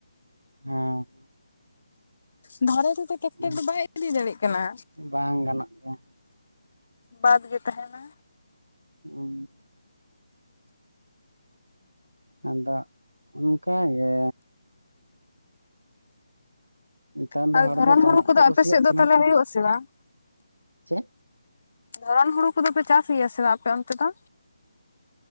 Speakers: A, on the right; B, on the left.
A: ᱦᱮᱸ
B: ᱫᱷᱟᱨᱮ ᱛᱮᱫᱚ ᱴᱮᱠᱴᱟᱨ
A: ᱦᱮᱸ
B: ᱫᱚ ᱵᱟᱭ ᱤᱫᱤ ᱫᱟᱲᱮᱜ ᱠᱟᱱᱟ
A: ᱵᱟᱝ ᱜᱟᱱᱚᱜ ᱜᱮᱭᱟ
B: ᱵᱟᱫ ᱜᱮ ᱛᱟᱦᱮᱱᱟ
A: ᱦ <unintelligible> ᱟᱫᱚ ᱚᱱᱠᱟᱜ ᱜᱮ ᱱᱮᱛᱟᱨ
B: ᱟᱨ
A: ᱫᱚ ᱦᱚᱲ
B: ᱫᱷᱚᱨᱚᱱ
A: ᱫᱚ ᱪᱟᱬᱚᱜ
B: ᱦᱩᱲᱩ ᱠᱚᱫᱚ
A: ᱠᱚ
B: ᱟᱯᱮ
A: ᱠᱩᱥᱤᱭᱟᱜ
B: ᱥᱮᱫ ᱫᱚ
A: ᱠᱟᱱᱟ
B: ᱛᱟᱦᱚᱞᱮ
A: ᱥᱮ᱾
B: ᱦᱩᱭᱩᱜ ᱟᱥᱮ ᱵᱟᱝ?
A: ᱪᱮᱫ?
B: ᱫᱷᱚᱨᱚᱱ ᱦᱩᱲᱩ ᱠᱚᱫᱚᱯᱮ ᱪᱟᱥ ᱜᱮᱭᱟ ᱥᱮ ᱵᱟᱝ ᱟᱯᱮ ᱚᱱᱛᱮ ᱫᱚ?